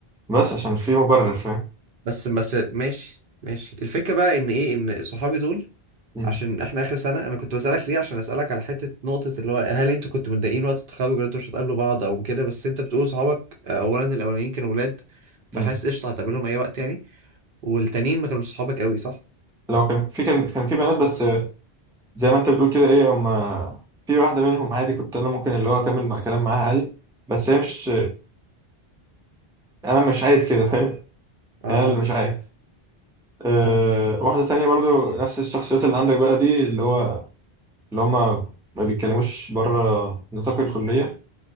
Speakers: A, in the centre; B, on the right.
A: بس عشان في مبرر فاهم
B: بس بس ماشي ماشي الفكره بقى ان ايه ان صحابي دول
A: مم.
B: عشان احنا اخر سنه انا كنت بسالك ليه عشان اسالك على حته نقطه اللي هو هل انتوا كنتوا متضايقين وقت التخرج ولا انتوا مش هتقابلوا بعض او كده بس انت بتقول صحابك آه، اولا الاولانيين كانوا ولاد فحاسس
A: مم.
B: قشطه هتقابلهم اي وقت يعني والتانيين ما كانوش صحابك قوي صح
A: لو كان في كان كان في بنات بس زي ما انت بتقول كده ايه هم في واحدة منهم عادي كنت انا ممكن اللي هو اكمل مع كلام معاها عادي بس هي مش انا مش عايز كده فاهم
B: اه
A: انا
B: فاهم
A: اللي مش عايز أه...
B: فاهم
A: واحدة تانية برضو نفس الشخصيات اللي عندك بقى دي اللي هو اللي هم ما بيتكلموش بره نطاق الكلية